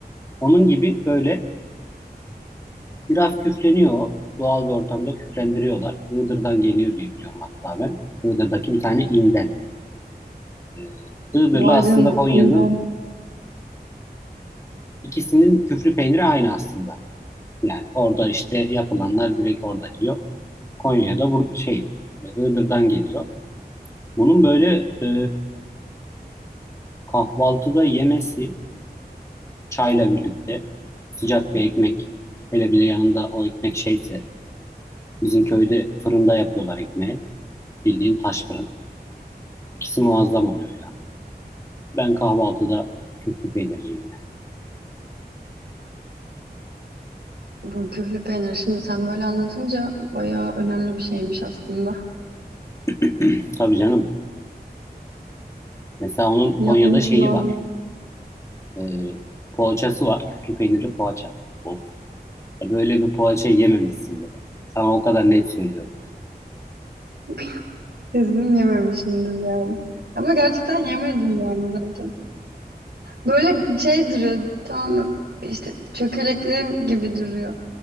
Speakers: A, on the left; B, on the right.
A: onun gibi böyle Biraz küfleniyor. o. Doğal bir ortamda küflendiriyorlar. Iğdır'dan geliyor diye biliyorum hatta ben. Iğdır'daki bir tane inden. Ee, Iğdır'la
B: Var
A: aslında
B: canım.
A: Konya'nın
B: iğrenç.
A: ikisinin küflü peyniri aynı aslında. Yani orada işte yapılanlar direkt orada yiyor. Konya'da burada şey e, Iğdır'dan geliyor. Bunun böyle e, kahvaltıda yemesi çayla birlikte sıcak bir ekmek hele bile yanında o ekmek şeyse bizim köyde fırında yapıyorlar ekmeği. Bildiğin taş fırın. İkisi muazzam oluyor. yani. Ben kahvaltıda küflü peynirciyim. <laughs>
B: Bu küflü peynir şimdi sen böyle anlatınca bayağı önemli bir şeymiş aslında.
A: yani. <clears throat> Tabii canım. Mesela onun
B: Yapması
A: Konya'da şeyi
B: zormuş.
A: var. Ee, poğaçası var. Küflü peynirli poğaça. Of. Böyle bir poğaça yememişsindir ya. Sana o kadar net söylüyorum.
B: <laughs> Kesin yememişimdir yani. Ama gerçekten yemedim yani zaten. Böyle şey duruyor tamam mı? İşte çökelekli gibi duruyor